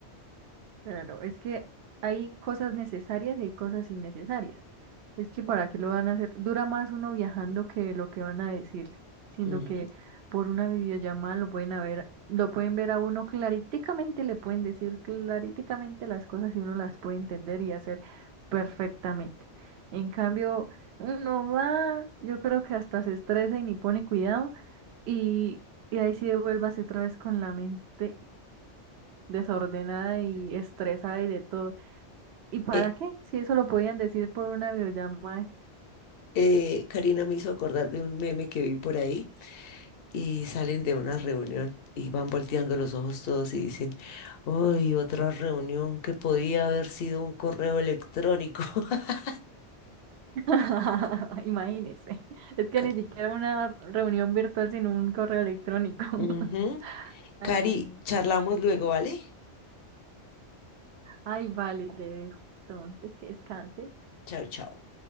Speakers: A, on the right; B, on the left.
A: Claro, es que hay cosas necesarias y hay cosas innecesarias. Es que para qué lo van a hacer. Dura más uno viajando que lo que van a decir, siendo
B: Ujú.
A: que por una videollamada lo pueden a ver, lo pueden ver a uno claríticamente, le pueden decir claríticamente las cosas y uno las puede entender y hacer perfectamente. En cambio, uno va, yo creo que hasta se estresa y ni pone cuidado y, y ahí sí devuélvase otra vez con la mente desordenada y estresada y de todo. ¿Y para
B: Eh,
A: qué? Si eso lo podían decir por una videollamada
B: eh, Karina me hizo acordar de un meme que vi por ahí y salen de una reunión y van volteando los ojos todos y dicen, ¡Uy, otra reunión que podía haber sido un correo electrónico! <laughs>
A: <laughs> Imagínese. Es que
B: Ca-
A: ni siquiera una reunión virtual, sino un correo electrónico. <laughs>
B: Ujú.
A: Ay,
B: Cari,
A: no.
B: charlamos luego, ¿vale?
A: Ay, vale, te dejo. Entonces, que descanses.
B: Chao, chao.